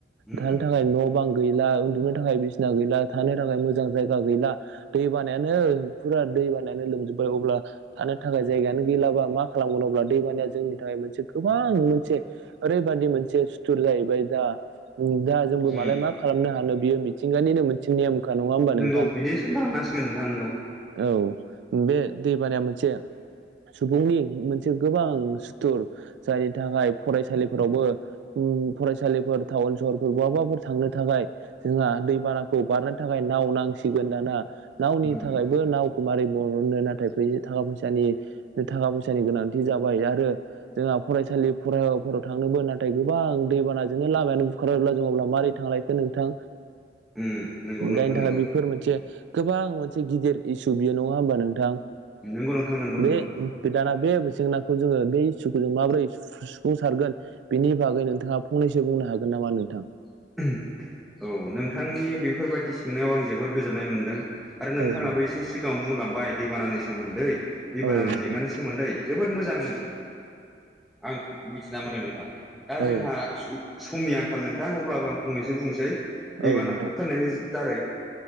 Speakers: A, in the centre; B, on the right (about 80°).
A: उम
B: थानो थाखाय न' बां गैला, उन्दुनो थाखाय बिसिना गैला, थानो थाखाय मोजां जायगा गैला दै बानायानो फुरा दै बानायानो लोमजोबबाय अब्ला थानो थाखाय जायगायानो गैलाबा मा खालामगोन अब्ला दै बानाया जोंनि थाखाय मोनसे गोबां मोनसे ओरैबादि मोनसे सुथुर जाहैबाय दा। दा जोंबो
A: उम
B: मालाय मा खालामनो हानो बियो मिथिंगानिनो मोनसे नेयम। खा नङा होमबा नोंथां
A: नंगौ बिदि सानना लानांसिगोन नोंथां नंगौ
B: औ। बे दै बानाया मोनसे सुबुंनि मोनसे गोबां सुथुर जायनि थाखाय फरायसालिफोरावबो उम फरायसालिफोर टाउन सहरफोर बहाबाफोर थांनो थाखाय जोंहा दैबानाखौ बारनो थाखाय नाव नांसिगोन दाना। नावनि
A: उम
B: थाखायबो नाव मारै बरननो नाथाय फै थाखा फैसानि थाखा फैसानि गोनांथि जाबाय आरो जोंहा फरायसालि फरायफोराव थांनोबो नाथाय गोबां दैबानाजोंनो लामायानो बुखारबायब्ला जों अब्ला मारै थांलाय नोंथां।
A: उम नंगौ नोंथां
B: जायनि थाखाय
A: नंगौ
B: बेफोर मोनसे गोबां मोनसे गिदिर इसु बियो नङा होमबा नोंथां।
A: नंगौ नोंथां नंगौ
B: बे
A: नंगौ
B: दाना बे जेंनाखौ जोंङो बेै इसुखौ जों माबोरै सुफुंसारगोन बेनि बागै नोंथाङा फंनैसो बुं नो हागोन नामा नोंथां।
A: <unintelligible> औ नोंथांनि बेफोरबायदि सोंनायाव आं जोबोद गोजोननाय मोनदों। आरो नोंथाङाबो
B: औ नोंथां
A: एसे सिगाङाव बुंलांबाय दैबानानि सोमोन्दै। दैबानानि
B: औ नोंथां
A: जेंनानि सोमोन्दै जोबोद मोजां आं मिथिना मोनदों नोंथां। दा
B: औ
A: जोंहा समनि आंखाल नोंथां अ ब्लाबो आं फंनैसो बुंनोसै
B: नोंथां
A: दैबानाखौ होबथायनि दारै।